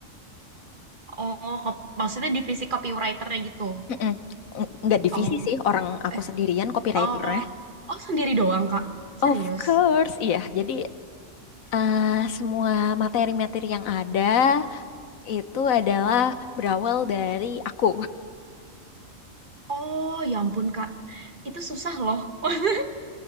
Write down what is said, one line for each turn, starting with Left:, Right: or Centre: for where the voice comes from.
Right: Oh, kop- maksudnya divisi copywriter gitu.
Left: Mm-mm. N- Nggak divisi
Right: Oh.
Left: sih, orang aku
Right: Eh,
Left: sendirian copywriternya.
Right: oh. Oh, sendiri doang, Kak.
Left: Of
Right: Serius.
Left: course, iya. Jadi, eh, semua materi-materi yang ada. itu adalah berawal dari aku.
Right: Oh, ya ampun, Kak. Itu susah loh. <laughs>